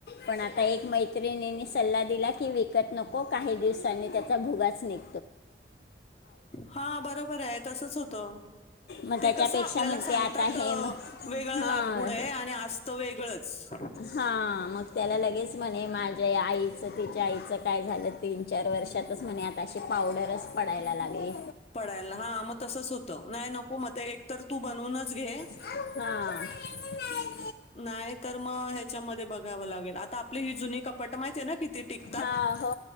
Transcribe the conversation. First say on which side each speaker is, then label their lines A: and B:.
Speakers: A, on the left; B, on the left.
A: पण आता एक मै. मैत्रिणींनी सल्ला दिला की विकत नको काही दिवसांनी त्याचा भुगाच निघ.
B: हा बरोबर आहे तसच होतं.
A: मग
B: ते
A: त्याच्यापेक्षा
B: कसं आपल्याला
A: म्हणते
B: सांगतात
A: आता हे म
B: वेगळं
A: हां
B: लाकूड आहे आणि असत वेगळंच.
A: हा मग त्याला लगेच म्हणे माझ्या आईचं तिच्या आईचं काय झालं तीन चार वर्षांत. तेच म्हणे आता अशी पावडरच पडायला लागली.
B: पडायला हा मग तसच होत नाही नको मग एक तर तू बनवूनच घे.
A: हा आले म्हणालेत.
B: नाही तर मग ह्याच्यामध्ये बघावं लागेल आता आपली ही जुनी कपाट माहती आहे ना किती टिक.
A: हा हो